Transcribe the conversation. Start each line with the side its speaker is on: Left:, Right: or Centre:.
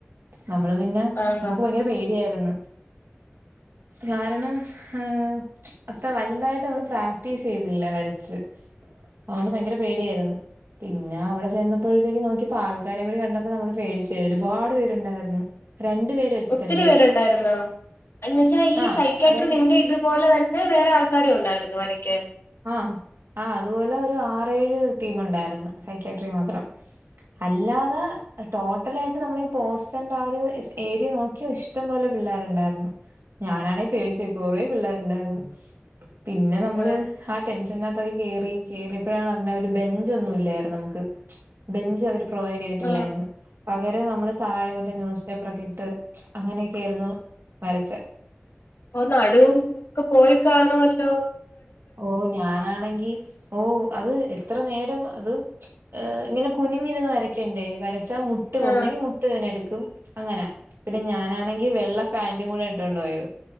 Right: നമ്മള് പിന്നെ
Left: ആഹാ
Right: നമുക്ക് ഭയങ്കര പേടിയായിരുന്നു കാരണം ഹേ അത്ര വലുതായിട്ട് നമ്മള് പ്രാക്ടീസ് ചെയ്തില്ല വരച്ച് അവന് ഭയങ്കര പേടിയായിരുന്നു പിന്നെ അവടെ ചെന്നപ്പോഴത്തേക്ക് നോക്കിപ്പോ ആൾക്കാരെ കൂടി കണ്ടപ്പോ നമ്മള് പേടിച്ചേ ഒരുപാട് പേരുണ്ടായിരുന്നു രണ്ട് പേര് വെച്ചിട്ടല്ലേ
Left: ഒത്തിരി പേരുണ്ടായിരുന്നോ എന്നുവെച്ചാ ഈ
Right: ആഹ്
Left: സൈക്കാട്രി
Right: അതായത്
Left: നിന്റെ ഇതുപോലെ തന്നെ എ വേറെ ആൾക്കാരുണ്ടായിരുന്നൊ വരയ്ക്കാൻ
Right: ആഹ് ആഹ് അത്പോലെ ഒര് ആറേഴ് ടീം ഉണ്ടായിര്ന്നു സൈക്കട്രി മാത്രം അല്ലാതെ ടോട്ടലായിട്ട് നമ്മളീ പോസ്റ്റർന്റെ ആ ഒര് എസ് ഏരിയ നോക്കി പഷ് ടം പോലെ പിള്ളേര്ണ്ടായ്ര്ന്നു ഞാനാണേ പേടിച്ചോയ് കൊറേ പിള്ളേര്ണ്ടായ്ര്ന്നു പിന്നെ നമ്മള്
Left: ആ
Right: ആ ടെൻഷനകത്തൊക്കെ കേറി കേറേപ്പഴാണ് അറിഞ്ഞ ഒരു ബെഞ്ചൊന്നും ഒന്നും ഇല്ലായിരുന്നു നമുക്ക് ബെഞ്ച് അവര് പ്രൊവൈഡ് ചെയ്തിട്ടില്ലായിരുന്നു
Left: ആ
Right: പകരം നമ്മള് താഴെ മറ്റേ ന്യൂസ് പേപ്പറൊക്കെട്ട് അങ്ങനെയൊക്കയാരുന്നു വരച്ച
Left: ഓഹ് നടൂം ഒക്കെ പോയ് കാണുവല്ലോ
Right: ഓഹ് ഞാനാണെങ്കി ഓ അത് എത്ര നേരം അത് ഇങ്ങനെ കുനിഞ്ഞിരുന്ന് വരക്കണ്ടേ വരച്ചാ മു മുട്ട്
Left: ആ
Right: ഒന്നെങ്കി മുട്ട് വേദന എടുക്കും അങ്ങനാ പിന്നെ ഞാനാണെങ്കി വെള്ള പാന്റും കൂടെ ഇട്ടൊണ്ട് പോയത്